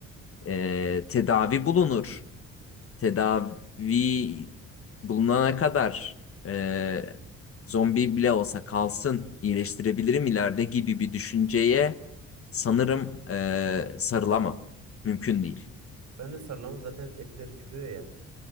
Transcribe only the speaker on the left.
Ee, tedavi bulunur. tedavi bulunana kadar e, zombi bile olsa kalsın iyileştirebilirim ileride gibi bir düşünceye sanırım e, sarılamam. Mümkün değil.